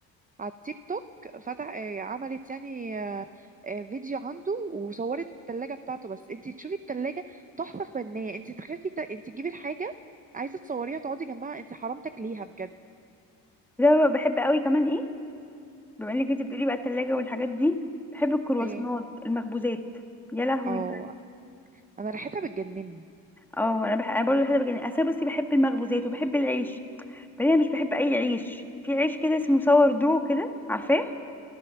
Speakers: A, on the right; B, in the centre.
A: على التيك توك فتح آه، عملت يعني آه، آه، فيديو عنده وصورت التلاجة بتاعته بس انتي تشوفي التلاجة تحفة فنية انتي تخافي ت... انتي تجيبي الحاجة عايزة تصوريها تقعدي جنبها انتي حرام تاكليها بجد
B: ده بحب قوي كمان ايه بما انك انت بتقولي بقى التلاجة والحاجات دي بحب الكرواسونات
A: ايه
B: المخبوزات يا لهوي
A: اه انا ريحتها بتجنني
B: اه انا بحب انا برضه بحب يعني انا بصي بحب المخبوزات وبحب العيش بعدين انا مش بحب اي عيش في عيش كده اسمه سور دو كده عارفاه